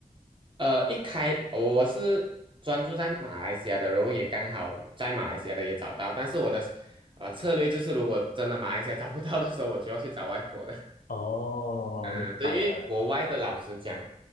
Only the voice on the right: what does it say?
呃，一开我我是专注在马来西亚的，然后也刚好在马来西亚的也找到，但是我的呃策略就是，如果真的马来西亚找不到的时候，我就要去找外国的。
嗯，
对，因为国外的老师讲，